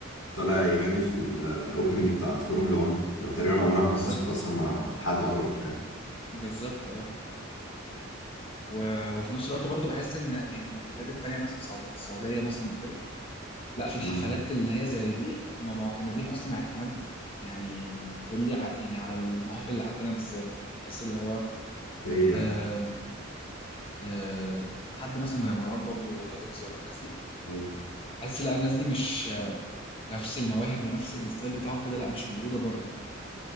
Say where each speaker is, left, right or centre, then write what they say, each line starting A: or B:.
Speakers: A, on the left; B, on the left.
A: طالع يغني في الاوبننج بتاعت فورمولا 1 اللي تقريبا عمرها
B: بالظبط
A: ما حصلت اصلا مع حد عربي فاهم
B: بالظبط آه و- وفي نفس الوقت برضو بحس إن يعني البلاد التانية مثلا السعود- السعودية مثلا وكده لا في
A: مم.
B: الحفلات اللي هي زي دي هم معتمدين اصلا اعتماد يعني كلي ع... يعني على المواهب اللي عندنا بالذات يعني تحس اللي هو
A: فهي يعني
B: آم، آه، حد مثلا زي مروان بابلو ولا ويجز ولا الناس دي
A: مم.
B: بحس لا الناس دي مش آه، نفس المواهب ونفس الستايل بتاعهم كده لا مش موجودة بره